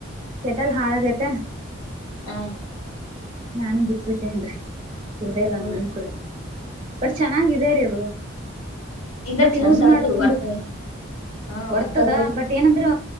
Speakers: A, on the right (about 25°); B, on the left (about 80°).
A: ಕೆಟಲ್ ಹಾಳಾಗೈತೆ
B: ಆ
A: ನಾನು ಬಿಟ್ ಬಿಟ್ಟೇನ್ರಿ ಕುಡ್ದೇ ಇಲ್ಲ
B: ಹೌದ್ರಿ.
A: ನಾನು ಕೂಡ ಬಟ್ ಚೆನ್ನಾಗಾಗಿದೆ ರೀ ಅದು
B: ಇಲ್ಲ
A: ಬಟ್
B: ಚಂದ
A: ಯೂಸ್ ಮಾಡ
B: ಆದ್ರಿ
A: ಒಂದು
B: ವರ್ಕ್ ಹಾ
A: ಬರ್ತದ
B: ವರ್ಕ್ ಆಗರಿ
A: ಬಟ್ ಏನಂದ್ರೆ